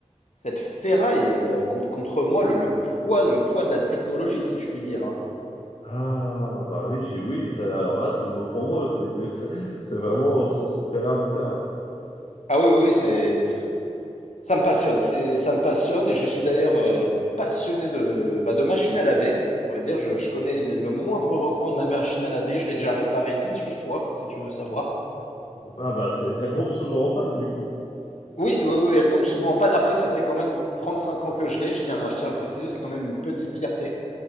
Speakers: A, on the left (about 70°); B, on the left (about 50°).
A: cette ferraille euh, contre, contre moi, le, le poids, le poids de la technologie, si je puis dire. hein.
B: Ah, bah oui, j'ai oui. ça- Alors là, c'est mot pour mot. C'est <laughs> c'est vraiment au sens littéraire du terme.
A: Ah oui, oui, oui, c'est Ça me passionne, c'est, ça me passionne et je suis d'ailleurs euh, passionné de, bah, de machine à laver. À vrai dire, je, je connais le le moindre recoin de ma machine à laver, je l'ai déjà réparée 18 fois, si tu veux savoir.
B: Ah bah, c'est- elle tombe souvent en panne, du coup.
A: Oui, oui, oui, elle tombe souvent en panne. Après, ça fait quand même 35 ans que je l'ai, je tiens, je tiens à le préciser, c'est quand même une petite fierté.